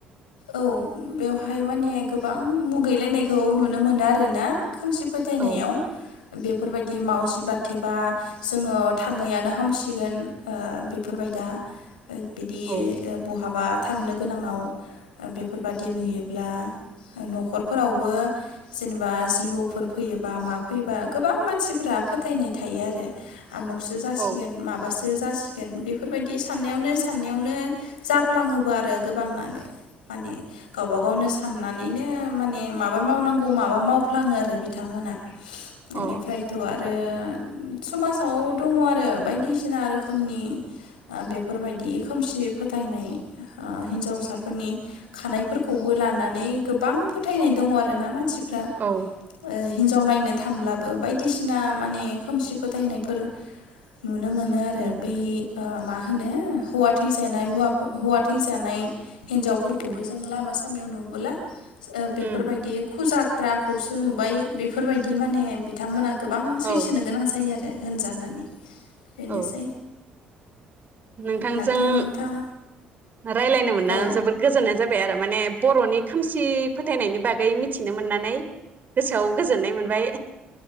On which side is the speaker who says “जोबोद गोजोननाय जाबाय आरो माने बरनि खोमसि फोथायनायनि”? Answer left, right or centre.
Right